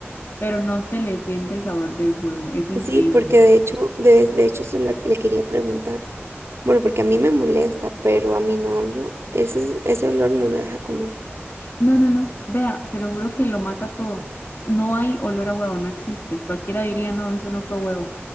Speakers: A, on the left (about 50°); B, on the right (about 75°).
A: pero no se le siente el sabor del huevo, es increíble.
B: Sí, porque de hecho, de, de hecho se la- le quería preguntar. Bueno, porque a mí me molesta, pero a mi novio ese, ese olor no lo deja comer.
A: No, no, no, vea, se lo juro que lo mata todo. No hay olor a huevo, no existe. Cualquiera diría, no, eso no fue huevo.